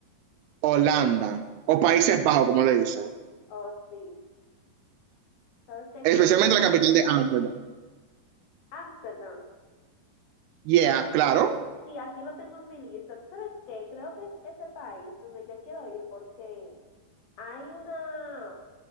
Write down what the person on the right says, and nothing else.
Holanda, o Países Bajos, como le dicen,
especialmente
la capital de Ámsterdam.
Yeah, Claro,